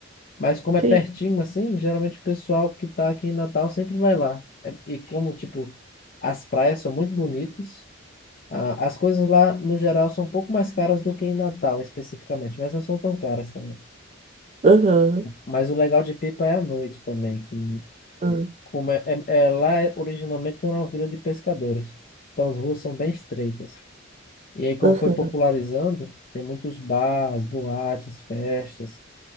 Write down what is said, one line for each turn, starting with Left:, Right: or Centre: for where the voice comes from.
Left: Mas como é
Right: tem.
Left: pertinho, assim, geralmente o pessoal que tá aqui em Natal sempre vai lá. É- E como, tipo, as praias são muito bonitas, a- as coisas lá, no geral, são um pouco mais caras do que em Natal, especificamente, mas não são tão caras também.
Right: Aham.
Left: Mas o legal de Pipa é a noite também, que
Right: ah,
Left: como é, é, é- lá originalmente era uma vila de pescadores. Então as ruas são bem estreitas. E aí, como
Right: Aham.
Left: foi popularizando, tem muitos bares, boates, festas.